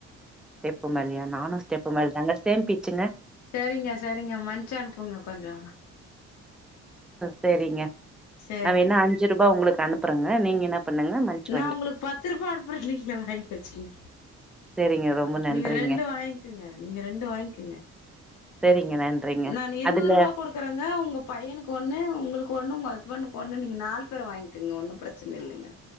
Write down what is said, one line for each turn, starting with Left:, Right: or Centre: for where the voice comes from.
Centre: ஸ்டெப்பு மேலயா நானு ஸ்டெப்பு மேலதாங்க சேம் பிச்சுன்ன
Left: சரிங்க சரிங்க மஞ்ச அனுப்புங்க கொஞ்சோ
Centre: செரிங்க
Left: சரிங்க
Centre: நா வேனா அஞ்சு ரூபா உங்களுக்கு அனுப்புறங்க நீங்க என்ன பண்ணுங்க மன்ச்சு
Left: நா
Centre: வாங்கிக்கோங்க
Left: உங்களுக்கு பத்து ரூபா அனுப்புற நீீங்களே வாங்கி வச்சுறுங்க
Centre: சேரிங்க ரொம்ப நன்றிங்க
Left: நீங்க ரெண்டு வாங்கிக்கங்க நீங்க ரெண்டு வாங்கிக்கங்க
Centre: சேரிங்க நன்றிங்க
Left: நா இருபது
Centre: அதுல
Left: ரூபாகுடுக்குறேங்க உங்க பையனுக்கு ஒண்ணு உங்களுக்கு ஒண்ணு உ உங்க ஹஸ்பண்ட்டுக்கு ஒன்னு நீங்க நாலு பேரு வாங்கிக்கங்க ஒன்னு பிரச்சன இல்லிங்க